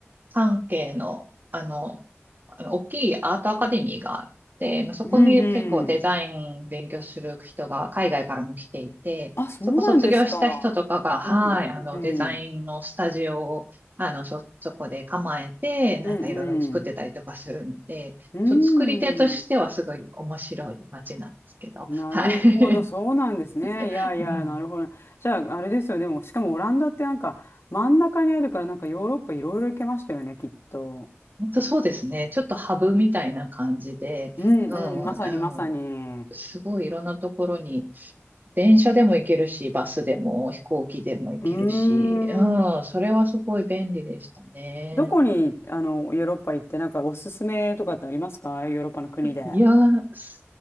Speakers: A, on the right; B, on the left.
A: 関係の、あの、あの大きいアートアカデミーがあって、まあ、そこに結構デザイン勉強する人が海外からも来ていて、
B: うんうん。あ、そうなんですか。
A: そこ卒業した人とかが、はい、
B: うんうんうん。
A: あの、デザインのスタジオを、あの、そ、そこで構えて、なんかいろいろ作ってたりとかするんで、
B: うんうん。うん。
A: ちょ、作り手としてはすごい面白い街なんですけど、
B: なるほど、
A: はい。
B: そうなんですね。
A: <laughs>
B: いやいや、
A: うん。
B: なるほど。じゃあ、あれですよ。でも、しかもオランダってなんか真ん中にあるから、なんかヨーロッパいろいろ行けましたよね、きっと。
A: 本当そうですね。ちょっとハブみたいな感じで、
B: うんうん、
A: うん、
B: まさにまさに。
A: うん、すごいいろんなところに、電車でも行けるし、バスでも飛行機でも行けるし、
B: うー
A: うん、
B: ん。
A: それはすごい便利でしたね。
B: どこに、あの、ヨーロッパ行って、なんかおすすめとかってありますかヨーロッパの国で。
A: いや、そ